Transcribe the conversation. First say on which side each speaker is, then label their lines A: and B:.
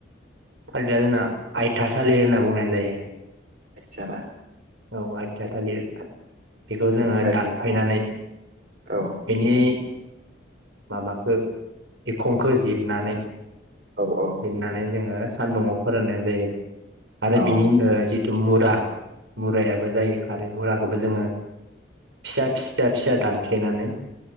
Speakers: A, on the right; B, on the right.
A: थालिरा जोंना आयथा थालि होनना बुंनाय जायो
B: आथ्यारा
A: औ आथ्या थालिर बेखौ जोङो
B: ओमफ्राय
A: दानफायनानै
B: औ
A: बेनि माबाखो एखंखौ जिरनानै
B: औ-औ
A: जिरनानै जोङो सान्दुङाव फोराननाय जायो। आरो
B: औ
A: बिनि ओ जि तु मुरा मुरायाबो जायो खारै मुराखौ बो जोङो फिसा फिसा फिसा दानफ्लेनानै